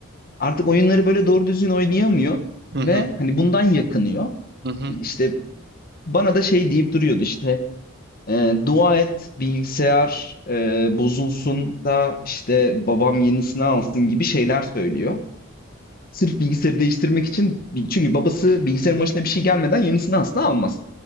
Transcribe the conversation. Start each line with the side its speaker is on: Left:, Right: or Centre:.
Left: artık oyunları böyle doğru düzgün oynayamıyor
Right: hı,
Left: ve hani bundan yakınıyor.
Right: hı hı, hı hı,
Left: İşte bana da şey deyip duruyordu işte e, dua et bilgisayar e, bozulsun da işte babam yenisini alsın gibi şeyler söylüyor. Sırf bilgisayarı değiştirmek için çünkü babası bilgisayarın başına bir şey gelmeden yenisini asla almaz.